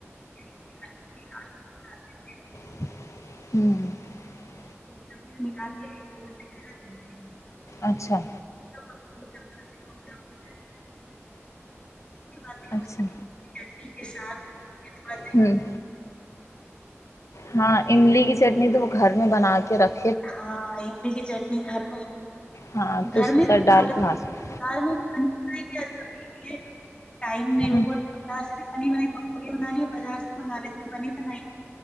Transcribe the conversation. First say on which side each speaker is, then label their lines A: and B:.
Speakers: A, on the left; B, on the left.
A: <inaudible>
B: <inaudible>
A: <inaudible>
B: اچھا
A: تو ہم لوگ <inaudible> کھاتے ہیں،
B: اچھا
A: اس کی املی کی چٹنی کے ساتھ کا
B: ہوں ہاں املی کی چٹنی تو وہ گھر میں بنا کے رکھ
A: ہاں املی کی چٹنی گھر میں
B: ہاں تو
A: گھر
B: اس
A: میں
B: کے ساتھ
A: بھی بنا
B: ڈال
A: لیتے
B: کے کھا سکتے
A: میں بھی ٹم نہیں
B: ہیں
A: ا بت کرتا پ بن پکوڑی بنا لیے بازار سے منگا لیتے بنی بنائی